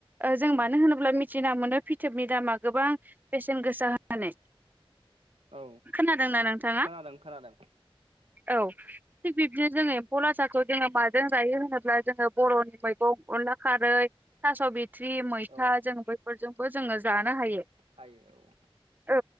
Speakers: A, on the right; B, on the right.
A: ओ जों
B: औ
A: मानो होनोब्ला मिथिना मोनो फिथोबनि दामा गोबां बेसेन गोसा होनानै।
B: औ
A: खोनादोंना नोंथाङा?
B: खोनादों खोनादों
A: औ थिग बिब्दिनो जोङो एम्फौ लाथाखौ जोङो माजों जायो होनोब्ला जोङो बर'नि मैगं अनला खारै, थास' बिथ्रि, मैथा
B: औ
A: जों बैफोरजोंबो जोङो जानो हायो।
B: हायो औ
A: औ